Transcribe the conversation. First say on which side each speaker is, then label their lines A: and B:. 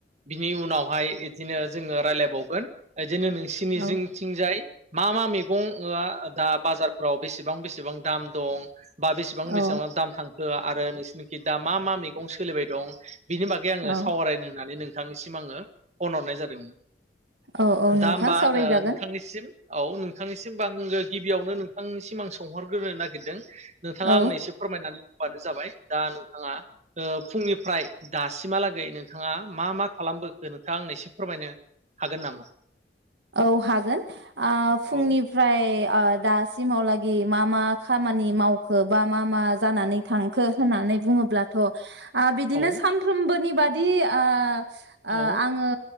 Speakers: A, on the right; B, on the right.
A: बिनि उनावहाय इदिनो जोङो राय्लायबाय बावगोन जेननो नोंसिनि
B: औ
A: थिंजाय मा मा मैगंआ दा बाजारफ्राव बेसेबां बेसेबां दाम दं बा बेसेबां
B: औ
A: बेसेबां दाम थांखो आरो नोंसोरनिखै दा मा मा मैगं सोलिबाय दं बिनि बागै आङो
B: औ
A: सावरायनो होननानै नों बिथांनिसिम आङो फन हरनाय जादोंमोन।
B: औ औ नोंथां
A: दा होमबा
B: सावरायजागोन
A: नोंथांनिसिम औ नोंथांनिसिम होमबा आंङो गिबियावनो थांनिसिम आं सोंहरग्रोनो नागिरदों नोंथाङा
B: औ
A: आंनो एसे फोरमायनानै होबानो जाबाय दा नोंथाङा ओ फुंनि फ्राय दासिमहालागै नोंथाङा मा मा खालामबोखो नोंथा आंनो एसे फोरमायनो हागोन नामा
B: औ हागोन ओ फुंनिफ्राय
A: औ
B: दासिमावलागि मा मा खामानि मावखो बा मा मा जानानै थांखो होननानै बुङोब्लाथ आ बिदिनो
A: औ
B: सानफ्रोमबोनि बादि आ
A: औ
B: ओ ओ आङो